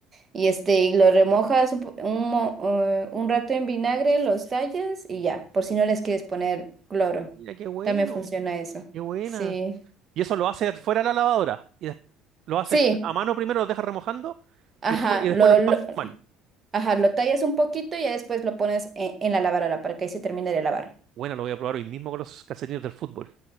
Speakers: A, on the right; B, on the right.
A: Y este, y lo remojas un, po- un mo- eh, un rato en vinagre, los tallas y ya, por si no les quieres poner cloro.
B: Mira qué bueno,
A: También funciona eso.
B: qué buena.
A: Sí.
B: Y eso lo haces fuera de la lavadora. Y des- lo haces
A: Sí,
B: a mano primero, lo dejas remojando
A: ajá,
B: y después, y después
A: lo,
B: lo
A: lo-
B: lavas mal.
A: ajá, lo tallas un poquito y ya después lo pones en, en la lavadora para que ahí se termine de lavar.
B: Bueno, lo voy a probar hoy mismo con los calcetines del fútbol,